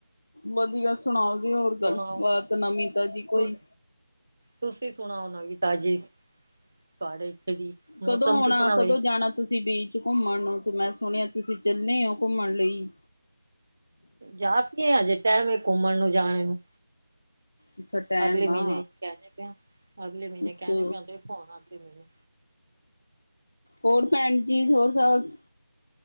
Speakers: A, on the left; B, on the right.
A: ਵਧੀਆ ਸੁਣਾਓ ਜੇ ਹੋਰ
B: ਸੁਣਾਓ
A: ਗੱਲ ਬਾਤ ਨਵੀ ਤਾਜੀ
B: ਤੁ
A: ਕੋਈ।
B: ਤੁਸੀਂ ਸੁਣਾਓ ਨਵੀ ਤਾਜ਼ੀ। ਤੁਹਾਡੇ ਇੱਥੇ ਦੀ ਮੌਸਮ
A: ਕਦੋਂ ਆਉਣਾ
B: ਕਿਸ ਤਰ੍ਹਾਂ
A: ਕਦੋਂ
B: ਵੇ
A: ਜਾਣਾ ਤੁਸੀਂ ਬੀਚ ਘੁੰਮਣ ਨੂੰ ਤੇ ਮੈਂ ਸੁਣਿਆ ਤੁਸੀਂ ਚੱਲੇ ਹੋ ਘੁੰਮਣ ਲਈ-
B: ਜਾ ਕੀ ਏ ਹਜੇ ਟੈਮ ਏ ਘੁੰਮਣ ਨੂੰ ਜਾਣ ਨੂੰ।
A: ਅੱਛਾ ਟੈਮ
B: ਅਗਲੇ ਮਹੀਨੇ
A: ਆ।
B: ਕਹਿੰਦੇ ਪਿਆ ਅਗਲੇ ਮਹੀਨੇ
A: ਅੱਛਾ
B: ਕਹਿਣੇ ਪਏ ਦੇਖੋ ਹੁਣ ਆਂਦੇ ਪਏ ਨੇ
A: ਹੋਰ ਪੈਣ ਜੀ ਹੋਰ ਸੱਸ-